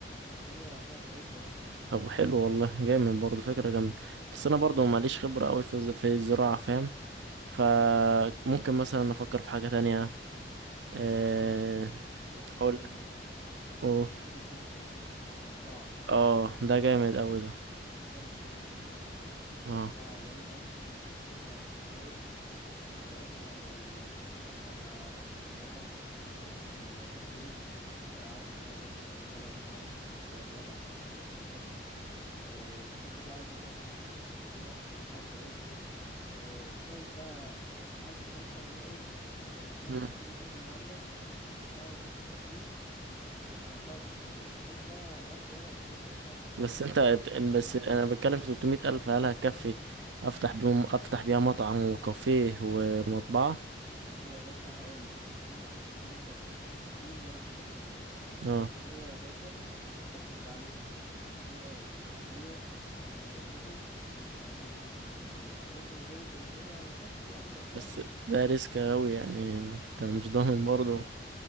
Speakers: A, in the centre; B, on the right (about 80°).
A: فالدنيا فيها كويسة يعني
B: طب حلو والله جامد برضه فكرة جامدة بس أنا برضه ماليش خبرة أوي في الز- في الزراعة فاهم فممكن مثلا أفكر في حاجة تانية آه،
A: طب هقول
B: أقول
A: لك أنا
B: أقول
A: كوبي سنتر مطبعة
B: اه ده جامد أوي ده
A: جنب الجامعة بتاعتنا يا باشا مطبعة
B: اه
A: رايقة نسميها اسم رايق آه نعمل خصومات أنا بفهم في المكن بفهم في التصوير آه عارف ناس في الفجالة هجيب لك أرخص سعر ورق أرخص حبر آه، الحبر بقى اللي هو ما بيبكش وما بيروحش ومش عارف ايه آه، شوية بقى عارف انت مثلا اللي هو ايه آه، الناس
B: مم.
A: هتيجي تاكل اللي عندك هيطلعوا يروحوا شاربين هيطلعوا يروحوا مصورين المذاكرة هياخدوا ورق المذاكرة يطلعوا يذاكروا
B: بس
A: عندك
B: أنت
A: فوق وانت
B: بس أنا بتكلم في 300 ألف هل هتكفي أفتح بيهم أفتح بيها مطعم وكافيه ومطبعة
A: يا باشا هقول لك احنا ممكن انت تروح تاخد تمويل وانا اخد تمويل ال
B: اه
A: 300 يا باشا تاخد عليهم 600 يبقى 900 وانا زيهم حوالي مليون و800 اظن مليون و800 هيكفي يعني كبداية
B: بس ده ريسك أوي يعني انت مش ضامن برضو